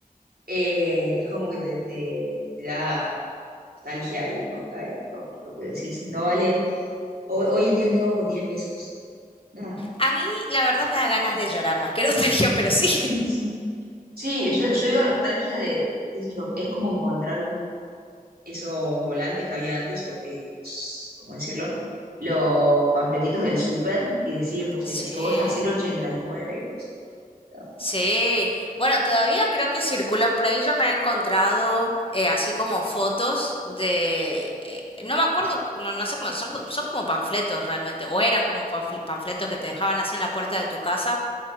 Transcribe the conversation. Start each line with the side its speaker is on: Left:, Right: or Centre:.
Right: eh, es como que te, te- te da nostalgia y boca y todo junto, porque decís, no vale. ho- Hoy, en día, ¿qué hago con 10 pesos? Nada.
Left: A mí, la verdad, me da ganas de llorar más que nostalgia, pero sí.
Right: Sí, sí. Sí, yo, yo digo nostalgia de, qué sé yo, es como encontrar un esos volantes que había antes, o, eh, los- ¿cómo decirlo? Los panfletitos del súper y decir, no sé,
Left: <laughs>
Right: la cebolla
Left: Sí.
Right: 0,89. y nueve. Y vos decís, "No".
Left: Sí, bueno, todavía creo que circulan por ahí. Yo me he encontrado eh, así como fotos de, eh, no me acuerdo, no, no sé cómo son, son como panfletos realmente, o eran como panfl- panfletos que te dejaban así en la puerta de tu casa,